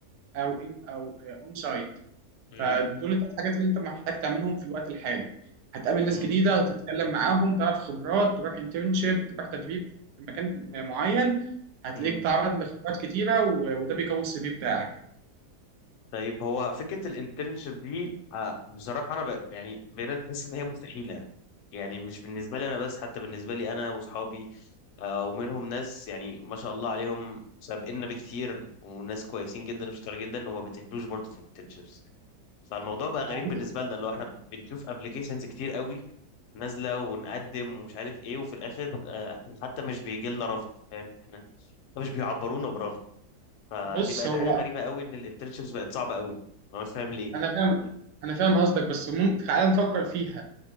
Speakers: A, on the right; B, on the left.
A: او in او اون سايت
B: مم.
A: فدول الثلاث حاجات اللي انت محتاج تعملهم في الوقت الحالي هتقابل ناس
B: مم.
A: جديده وتتكلم معاهم تعرف خبرات تروح انترنشيب تروح تدريب في مكان معين هتلاقيك
B: مم.
A: بتتعرض لخبرات كتيره و- وده بيقوي السي في بتاعك
B: طيب هو فكره الانترنشيب دي آه بصراحه انا ب... يعني بقينا نحس ان هي مستحيله يعني مش بالنسبه لي انا بس حتى بالنسبه لي انا واصحابي آه ومنهم ناس يعني ما شاء الله عليهم سابقنا بكتير وناس كويسين جدا وشطار جدا وما بيتقبلوش برضه في internships فالموضوع بقى غريب
A: ما هو أنت-
B: بالنسبه لنا اللي هو احنا بنشوف ابلكيشنز كتير قوي نازله ونقدم ومش عارف ايه وفي الاخر آه، حتى مش بيجي لنا رفض فاهم احنا مش بيعبرونا برفض فدي
A: بص
B: بقت
A: هو
B: حاجه غريبه قوي ان الانترنشيبس بقت صعبه قوي انا مش فاهم ليه
A: انا فاهم انا فاهم قصدك بس ممكن تعالى نفكر فيها